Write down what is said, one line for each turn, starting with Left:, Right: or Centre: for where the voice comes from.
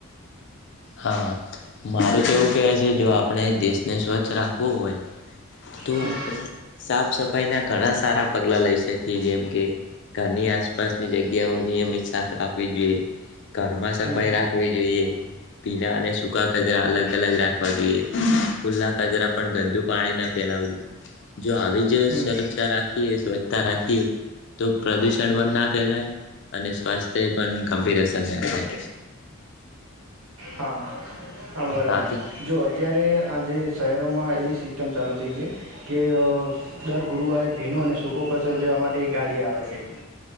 Left: હા મારું તો એવું કહેવાય છે જો આપણે દેશને સ્વચ્છ રાખવું હોય તો
Right: હમ
Left: આપડે સાફ સફાઈ ના ઘણા સારા પગલા લઈ શકીએ જેમ કે ઘરની આસપાસની જગ્યાઓ નિયમિત શાક રાખવી જોઈએ ઘરમાં સફાઈ
Right: હમ
Left: રાખવી જોઈએ ભીના અને સૂકા કચરા અલગ અલગ રાખવા જોઈએ ખુલ્લા કચરા પણ ગંદુ પાણી ના ફેલાવું જોઈએ જો આવી જ
Right: હમ
Left: સુરક્ષા રાખ સ્વચ્છતા રાખીએ તો પ્રદુષણ પણ ના ફેલાય અને સ્વાસ્થ્ય પણ ગંભીર અસર ન થાય
Right: હા હા બરાબર
Left: સાચી
Right: છે જો અત્યારે આજે શહેરોમાં એવી સિસ્ટમ છે ચાલુ થઈ છે કે દર ગુરુવારે ભીનો અને સૂ સૂકો કચોરો લેવા માટે એક ગાડી આવે છે